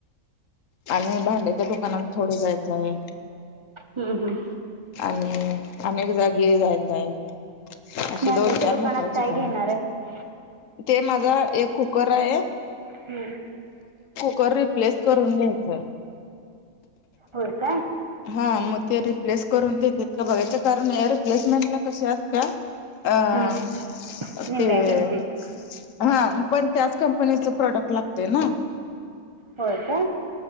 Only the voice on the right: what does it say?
हम्म हम्म
भांड्याच्या
दुकानात
काय
घेणार आहे
हम्म.
होय काय?
हं निम्म्या
किमतीत
होय काय